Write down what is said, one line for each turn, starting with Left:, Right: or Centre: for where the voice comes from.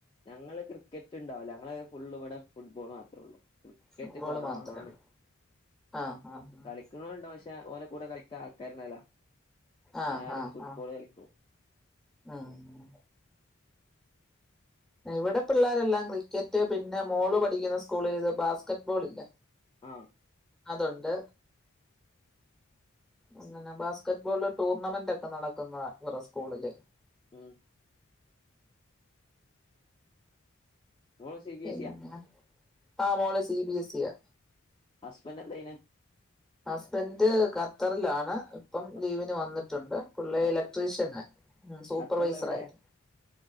Left: ഞങ്ങള് ക്രിക്കറ്റ്‌ ഇണ്ടാവൂല ഞങ്ങള് ഫുള്ള് ഇവ്ടെ ഫുട്ബോളാ <unintelligible> ക്രിക്കറ്റ്‌
Centre: ഫുട്ബോള്
Left: കൊറവാണ്
Centre: മാത്രേ ഉള്ളൂ ആഹ് ആഹ്
Left: കളിക്ക്നോല്ണ്ട പഷെ ഓലെ കൂടെ കളി ക്ക ആൾക്കാര്ണ്ടാവില
Centre: ആഹ്
Left: എല്ലാരും
Centre: ആഹ്
Left: ഫുട്ബോൾ
Centre: ആഹ് ആഹ്
Left: കളിക്കും
Centre: ഉം ഇവിടെ പിള്ളേരെല്ലാം ക്രിക്കറ്റ്‌ പിന്നെ മോള് പഠിക്ക്ന്ന സ്കൂൾല് ഇത് ബാസ്ക്കറ്റ് ബോള്ല്ലെ
Left: ആ
Centre: അതൊണ്ട് അങ്ങനെ ബാസ്ക്കറ്റ് ബോള് ടൂർണമെന്റ് ഒക്ക നടക്ക്ന്ന ഇവരെ സ്കൂളില്
Left: മ് മോള് സി ബി എസ്
Centre: എന്ത
Left: ഇയാ
Centre: ആ മോള് സി ബി എസ്സി യാ
Left: അസ്ബെന്റ് എന്തെയ്യ്ണ്
Centre: അസ്ബെന്റ് ഖത്തർ ലാണ് ഇപ്പം
Left: ഖത്ത
Centre: ലീവിന് വന്നിട്ടുണ്ട് പുള്ളി
Left: ഖത്ത
Centre: ഇലെക്ട്രിഷനാ മ് സൂപ്പർവൈസറായിട്ട്
Left: ഖത്തറിൽ എവിടെ